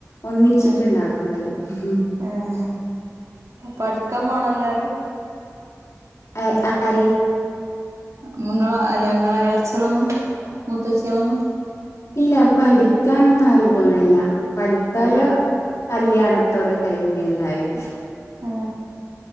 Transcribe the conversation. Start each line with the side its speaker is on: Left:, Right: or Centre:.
Left: ഒന്നിച്ചിട്ടുണ്ടാക്കുന്നൽ
Right: ആഹ്
Left: ഉം.
Right: ആഹ് പഠിക്കാൻ പോണം എല്ലാരും?
Left: അ ആര്?
Right: ഹ്മ് നിങ്ങള അല്ല ഇങ്ങളെ എളച്ചിയാളൊന്നും മുത്തച്ചിയാളൊന്നും.
Left: ഇല്ല പഠിക്കാനൊന്നും ആരും പോണില്ല പഠിപ്പെല്ലാ.
Right: ഏഹ്
Left: കല്യാണത്തോടെ കഴിഞ്ഞു എല്ലാരിം.
Right: ആഹ്